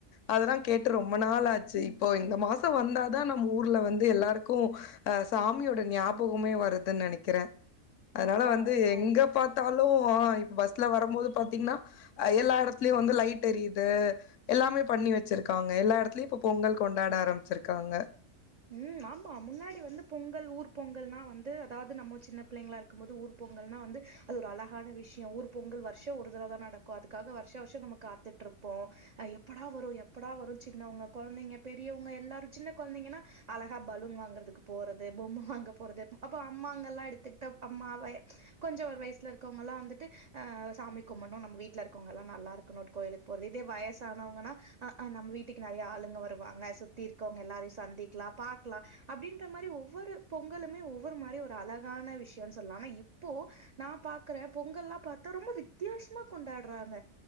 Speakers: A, on the left; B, on the right.
A: அதெல்லா கேட்டு ரொம்ப நாளாச்சு இப்போ இந்த மாசோ வந்தாதா நம்ம ஊர்ல வந்து எல்லாருக்கும் அஹ் சாமியோட ஞாபகமே வருது நெனக்கிறே அதனால
B: ஆ
A: வந்து
B: ஆமா
A: எங்க
B: எல்லா
A: பாத்தாலு இப்ப பஸ்ல வரும்போது பாத்தீங்னா அ எல்லா எடத்துலயு வந்து லைட் டெரியுது எல்லாமே பண்ணி வச்சிருக்காங்க எல்லா எடத்துலயும் இப்ப பொங்கல் கொண்டாட ஆரம்பிச்சிருக்காங்க
B: உஹம் ஆமா முன்னாடி வந்து பொங்கல் ஊர் பொங்கல்னா வந்து அதாவது நம்ம சின்ன பிள்ளைங்களா இருக்கும்போது ஊர் பொங்கல்னா வந்து அது ஒரு அழகான விஷ்யோ ஊர் பொங்கல் வர்ஷ ஒரு தடவதா நடக்கு அதுக்காக வர்ஷ வர்ஷ நம்ம காத்துட்ருப்போ ஹ எப்படா வரும் எப்படா வரும் சின்னவங்க கொழந்தைங்க பெரியவங்க எல்லாரும் சின்ன கொழந்தைங்கன்னா அழகா பலூன் வாங்குறதுக்கு போறது பொம்ம வாங்க போறது அப்போ அம்மாங்க ல்லா எடுத்துட்டா அம்மாவ கொஞ்சோ ஒரு வயசுல இருக்கவங்க ல்லா வந்துட்டு அஹ் சாமி கும்பணு நம்ம வீட்டுல இருக்கவங்க எல்லா நல்லா இருக்கணும் ஒரு கோயிலுக்கு போறது இதே வயசானவங்கன்னா ஆ ஆ நம்ம வீட்டுக்கு நெறைய ஆளுங்க வருவாங்க சுத்தி இருக்கவங்க எல்லாரையும் சந்தி ல்லா பாக்லா அப்படின்ற மாரி ஒவ்வொரு பொங்கலுமே ஒவ்வொரு மாரி ஒரு அழகான விஷ்யோன்னு சொல்லா ஆனா இப்போ நா பாக்குற பொங்கல்லா பாத்தா ரொம்ப வித்தியாசமா கொண்டாடுறாங்க